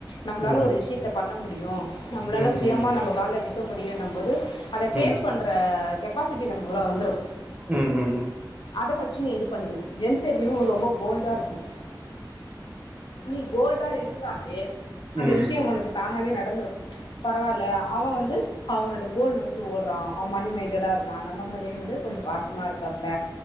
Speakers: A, on the left; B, on the right.
A: நம்மளால
B: ம் ம்
A: ஒரு விஷயத்த பண்ண முடியு நம்பளால
B: ம் ம்
A: சுயமா நம்ப கால்ல நிக்க முடியுன்னம் போது அத ஃபேஸ்
B: ம் ம் ம்
A: பண்ற கெப்பாசிட்டி நமக்குள்ள வந்துரு
B: ம்
A: அத ஃபஸ்ட் நீ இது பண்ணிக்கனு ஜென்ஸ் எப்பைமே ஒரு ரொம்போ போல்டா இருக்கணு நீ போல்டா இருந்தாலே அந்த
B: ம்
A: விஷய ஒனக்கு தானாவே நடந்துரு பரவால்ல அவ வந்து அவனோட கோல் நோக்கி ஓடுறா அவ மணி மைண்டடா இருக்கா நம்ம மேலேயு வந்து கொஞ்சொ பாசமா இருக்காப்புல